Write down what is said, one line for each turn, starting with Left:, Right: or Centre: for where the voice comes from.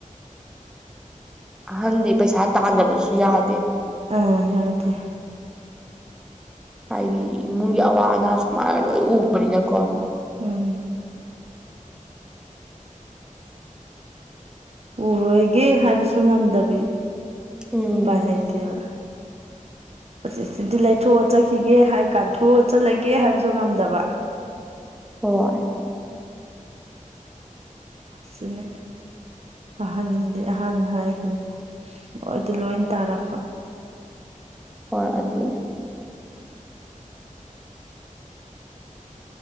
Centre: ꯑꯍꯟꯗꯤ ꯄꯩꯁꯥ ꯇꯥꯟꯗꯕꯁꯨ ꯌꯥꯗꯦ
Right: ꯑꯥ ꯌꯥꯎꯗꯦ
Centre: ꯍꯥꯏꯗꯤ ꯏꯃꯨꯡꯒꯤ ꯑꯋꯥ ꯑꯅꯥ ꯁꯨꯃꯥꯏꯅ ꯂꯣꯏ ꯎꯕꯅꯤꯅꯀꯣ
Right: ꯎꯝ ꯎꯔꯣꯏꯒꯦ ꯍꯥꯏꯕꯁꯨ ꯉꯝꯗꯕꯤ
Centre: ꯎꯝ
Right: ꯄꯥ ꯂꯩꯇꯕ
Centre: <unintelligible>
Right: ꯑꯁ ꯁꯤꯗꯤ ꯂꯩꯊꯣꯛꯑ ꯆꯠꯈꯤꯒꯦ ꯍꯥꯏ ꯀꯥꯟꯊꯣꯛꯑ ꯆꯠꯂꯒꯦ ꯍꯥꯏꯕꯁꯨ ꯉꯝꯗꯕ
Centre: ꯍ
Right: ꯑꯁꯤꯅꯤ ꯑꯍꯟꯁꯤꯗꯤ ꯑꯍꯥꯟꯕ ꯍꯥꯏꯁꯤꯅꯦ ꯣꯏ ꯑꯗꯨ ꯂꯣꯏ ꯇꯥꯔꯛꯄ
Centre: ꯍꯣꯏ ꯑꯗꯨꯅꯦ